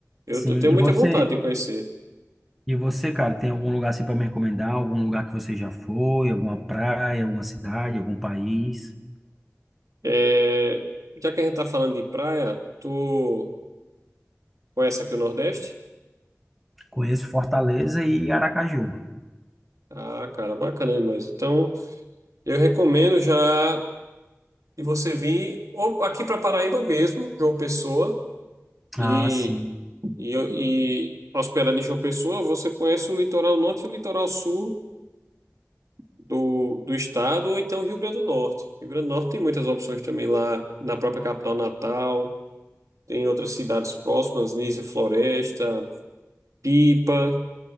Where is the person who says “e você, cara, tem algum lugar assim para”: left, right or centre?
Centre